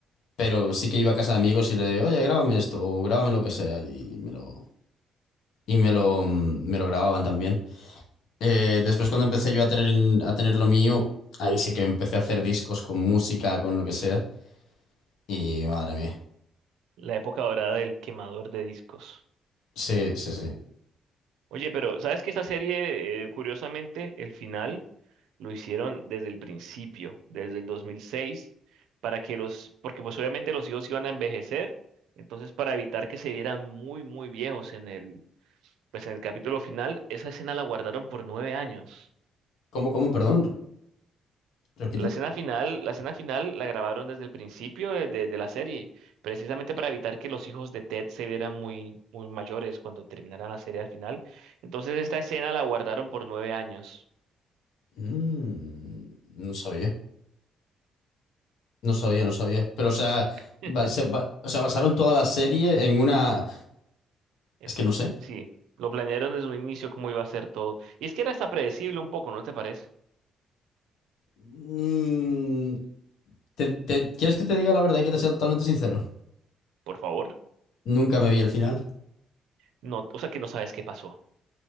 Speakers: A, on the left; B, on the right.
A: pero sí que iba a casa de amigos y le, oye, grábame esto o grábame lo que sea y me lo, y me lo, mm, me lo grababan también. Eh, después cuando empecé yo a tener, a tener lo mío, ahí sí que empecé a hacer discos con música, con lo que sea y madre mía.
B: La época dorada del quemador de discos.
A: Sí, sí, sí.
B: Oye, pero ¿sabes que esta serie, eh, curiosamente, el final lo hicieron desde el principio, desde el 2006, para que los, porque pues obviamente los hijos iban a envejecer, entonces para evitar que se vieran muy, muy viejos en el, pues en el capítulo final, esa escena la guardaron por nueve años.
A: ¿Cómo, cómo, perdón? ¿Repite?
B: La escena final, la escena final la grabaron desde el principio de, de- de la serie, precisamente para evitar que los hijos de Ted se vieran muy, muy mayores cuando terminaran la serie al final. Entonces esta escena la guardaron por nueve años.
A: Mm, no sabía. No sabía, no sabía. Pero, o sea,
B: <laughs>
A: ba- se ba- o sea, basaron toda la serie en una...
B: En-
A: Es que no sé.
B: Sí, lo planearon desde un inicio cómo iba a ser todo. Y es que era hasta predecible un poco, ¿no te parece?
A: Mm, ¿te, te- quieres que te diga la verdad y que te sea totalmente sincero?
B: Por favor.
A: Nunca me vi el final.
B: No, o sea que no sabes qué pasó.